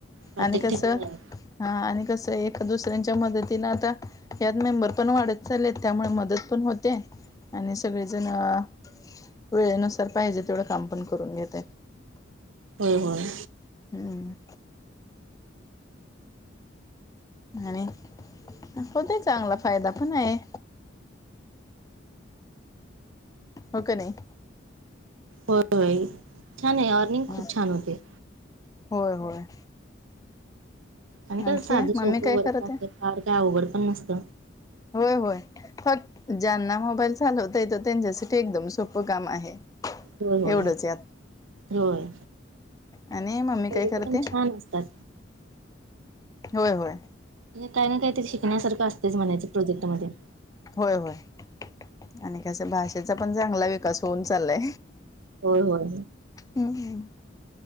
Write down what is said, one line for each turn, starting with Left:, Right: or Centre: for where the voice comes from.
Right: प्रत्येक
Left: आणि कसंऽ
Right: ठिकाणी आहे
Left: हा, आणि कसं आहे, एका दुसऱ्यांच्या मदतीनं आता यात मेंबर पण वाढत चालले आहेत, त्यामुळे मदतऽ पण होते, आणि सगळेजणं वेळेनुसार पाहिजे तेवढं काम पण करून घेत्यात.
Right: होय होय.
Left: हम्म, आणि, होतय चांगला फायदा पण आहे. हो का नाही.
Right: होय होय छान आहे, अर्निंग खूप
Left: ह
Right: छान होते.
Left: होय होय.
Right: आणि काय
Left: आणखी
Right: साधं
Left: मम्मी
Right: सोपं
Left: काय
Right: वर्क
Left: करत
Right: आसतय,
Left: आहे
Right: फार काय आवगड पण नसत.
Left: होय होय, फक्त ज्यांना मोबाईल चालवता येतो त्यांच्यासाठी एकदम सोपं काम आहे.
Right: होय होय,
Left: एवढंच यात
Right: होय,
Left: आणि मम्मी
Right: प्रोजेक्ट
Left: काय करते
Right: पण छान असतात.
Left: होय होय.
Right: काय ना काय तर शिकण्यासारखं असतेच म्हणायचे, प्रोजेक्ट मध्ये.
Left: होय होय, आणि कसं, भाषेचा पण चांगला विकास होऊन चाललाय.
Right: होय होय.
Left: हहह